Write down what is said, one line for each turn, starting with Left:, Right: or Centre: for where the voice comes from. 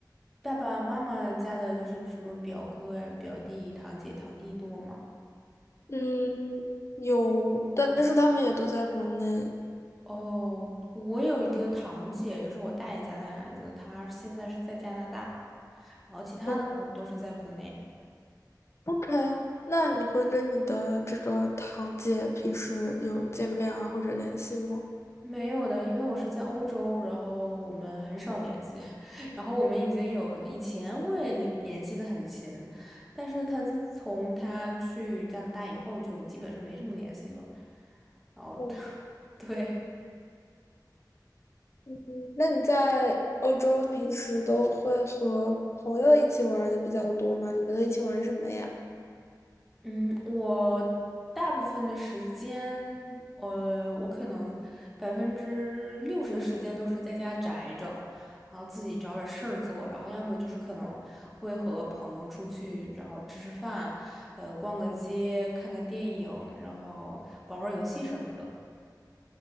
Centre: 爸爸妈妈家的就是什么表哥呀、表弟、堂姐、堂弟多吗？
Left: 嗯，有，但是他们也都在国内。
Centre: 哦，我有一个堂姐，就是我大爷家的孩子，他现在是在加拿大，然后其他的都是都是在国内。
Left: 嗯，OK，那你会跟你的这个堂姐平时有见面啊或者联系吗？
Centre: 没有的，因为我是在欧洲，然后我们很少联系，<laughs> 然后我们已经有以前会联系的很勤，但是他自从他去加拿大以后，就基本上没什么联系了。然后，
Left: 嗯，
Centre: <laughs> 对。
Left: 嗯那你在欧洲平时都会和朋友一起玩儿的比较多吗？你们都一起玩什么呀？
Centre: 嗯，我大部分的时间，呃，我可能百分之六十的时间都是在家宅着，然后自己找点事儿做，然后要么就是可能会和朋友出去，然后吃吃饭，呃，逛个街，看看电影，然后玩玩游戏什么的。